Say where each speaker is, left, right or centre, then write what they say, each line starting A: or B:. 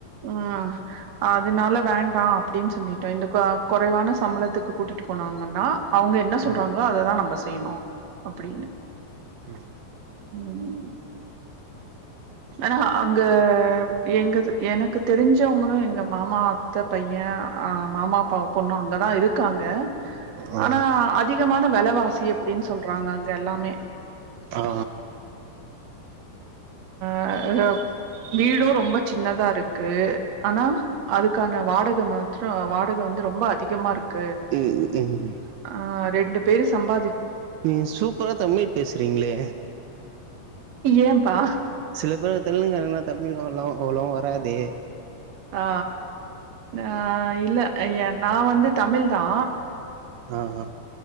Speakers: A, on the right (about 55°); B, on the right (about 75°).
A: ஆ அதுனால வேண்டா அப்டின் சொல்லிட்ட இந்த கு குறைவான சம்பளத்துக்கு கூட்டி ட்டு போனாங்கன்னா அவங்க என்ன சொல்றாங்களோ
B: ம்
A: அததா நம்ப செ செய்ணு அப்படின்னு
B: ம்
A: உம் ஆனா அங்க எங்கது எனக்கு தெரிஞ்சவங்களு எங்க மாமா அத்த பைய ஆஹ் மாமா அப்பாவ் பொண்ணு அங்கதா இருக் காங்க
B: ஆ
A: ஆனா அதிகமான வெலவாசி அப்டின்னு சொல்றாங்க அங்க எல்லாமே
B: ஆ
A: ஆ வீடு ரொம்ப சின்னதாருக்கு ஆனா அதுக்கான வாட க மாத்ர வாடக வந்து ரொம்ப அதிகமாருக் கு
B: ம் ம்
A: ஆ ரெண்டு பேரு சம்பாதி
B: நீங்க சூப்பரா தமிழ் பேசுறீங்ளே
A: ஏம்ப்பா
B: சில பேரு தெலுங்காங்னா தமிழ் <unintelligible> அவ்ளவா வராதே
A: ஆ ஆ இல்ல நா வந்து தமிழ் தா
B: ஆ ஆ